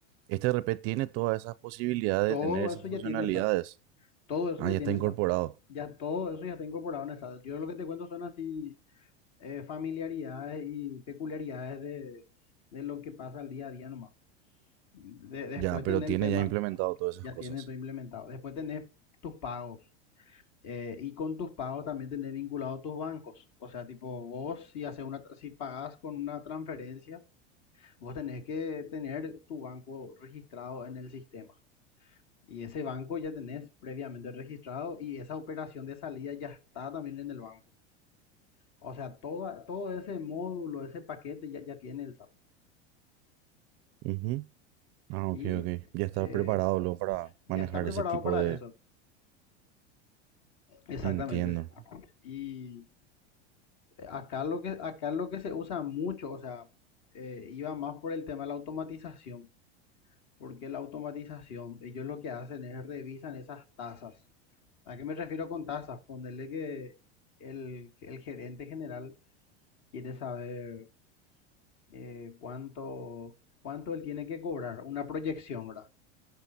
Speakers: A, on the right; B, on the left.
A: este ERP tiene todas esas posibilidades
B: todo
A: de tener esas
B: eso ya
A: funcionalidades.
B: tiene SAP, todo eso
A: Ah,
B: ya
A: ya
B: tiene
A: está incorporado.
B: SAP, ya todo eso ya está incorporado en el SAP. Yo lo que te cuento son así eh, familiaridades y peculiaridades de, de lo que pasa al día a día nomás. De- después
A: Ya, pero
B: tenés
A: tiene
B: el tema,
A: ya implementado todas esas
B: ya
A: cosas.
B: tienes todo implementado. Después tenés tus pagos. eh, y con tus pagos también tenés vinculado tus bancos. O sea, tipo, vos si haces una, si pagás con una transferencia, vos tenés que tener tu banco registrado en el sistema. Y ese banco ya tenés previamente registrado y esa operación de salida ya está también en el banco. O sea, toda, todo ese módulo, ese paquete ya, ya tiene el SAP.
A: Ujú. Ah, ok,
B: Y
A: ok. Ya está
B: eh,
A: preparado luego para
B: ya
A: manejar
B: está preparado
A: ese tipo
B: para
A: de...
B: eso. Exactamente.
A: Entiendo.
B: Y acá lo que, acá lo que se usa mucho, o sea, eh, iba más por el tema de la automatización, porque la automatización, ellos lo que hacen es revisan esas tasas. ¿A qué me refiero con tasas? Ponerle que el, el gerente general quiere saber eh, cuánto, cuánto él tiene que cobrar, una proyección, ¿verdad?